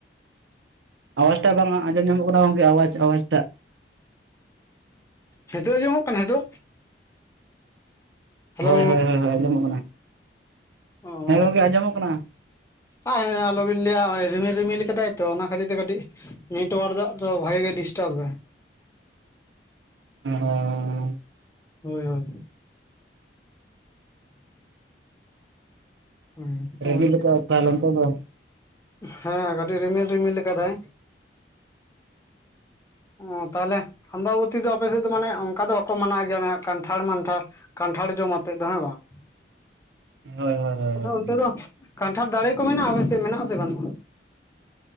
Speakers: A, on the right; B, on the left.
A: ᱟᱣᱟᱡᱽ ᱴᱟ ᱵᱟᱝ ᱟᱸᱡᱚᱢ ᱧᱟᱢᱚᱜ ᱠᱟᱱᱟ ᱜᱚᱝᱠᱮ ᱟᱣᱟᱡᱽ ᱟᱣᱟᱡᱽ ᱴᱟᱜ
B: ᱱᱤᱛᱚᱜᱜ ᱟᱸᱚᱢᱚᱜ ᱠᱟᱱᱟ ᱱᱤᱛᱚᱜ ᱦᱮᱞᱳ
A: ᱦᱳᱭ ᱦᱳᱭ ᱦᱳᱭ ᱦᱳᱭ ᱟᱸᱡᱚᱢᱚᱜ ᱠᱟᱱᱟ᱾
B: ᱚ
A: ᱦᱮᱸ ᱜᱚᱝᱠᱮ ᱟᱸᱡᱚᱢᱚᱜ ᱠᱟᱱᱟ
B: <inaudible> ᱟᱞᱚᱵᱤᱱ ᱞᱟᱹᱭᱟᱜ ᱨᱤᱢᱤᱞ ᱨᱤᱢᱤᱞ ᱠᱟᱫᱟᱭ ᱛᱚ ᱚᱱᱟ ᱠᱷᱟᱹᱛᱤᱨ ᱛᱮ ᱠᱟᱹᱴᱤᱡ ᱱᱮᱴᱚᱟᱨᱠ ᱫᱚ ᱵᱷᱟᱜᱤ ᱜᱮ ᱰᱤᱥᱴᱟᱵᱽ ᱫᱟ᱾
A: <unintelligible>
B: ᱦᱳᱭ ᱦᱳᱭ ᱦᱮᱸ ᱪᱮᱫ
A: ᱨᱟᱹᱜᱤ ᱞᱮᱠᱟ ᱛᱟᱦᱚᱞᱮ ᱱᱤᱛᱚᱜ ᱫᱚ
B: ᱦᱮᱸ ᱠᱟᱹᱴᱤᱡ ᱨᱤᱢᱤᱞ ᱨᱤᱢᱤᱞ ᱟᱠᱟᱫᱟᱭ᱾ ᱚ ᱛᱟᱦᱞᱮ ᱦᱢᱵᱟᱵᱚᱛᱤ ᱫᱚ ᱟᱯᱮ ᱥᱮᱫ ᱫᱚ ᱢᱟᱱᱮ ᱚᱱᱠᱟ ᱫᱚ ᱵᱟᱠᱚ ᱢᱟᱱᱟᱣ ᱜᱮᱭᱟ ᱠᱟᱱᱴᱷᱟᱲ ᱢᱟᱱᱴᱷᱟᱲ ᱠᱟᱱᱴᱷᱟᱲ ᱡᱚᱢ ᱟᱛᱮᱫ ᱫᱚ ᱦᱮᱸ ᱵᱟᱝ,
A: ᱦᱳᱭ ᱦᱳᱭ ᱦᱳᱭ
B: ᱟᱫᱚ ᱚᱱᱛᱮ ᱫᱚ ᱠᱟᱱᱴᱷᱟᱲ ᱫᱟᱲᱮ ᱠᱚ ᱢᱮᱱᱟᱜᱼᱟ ᱟᱯᱮᱥᱮ ᱢᱮᱱᱟᱜᱼᱟᱥᱮ ᱵᱟᱹᱱᱩᱜᱼᱟ᱾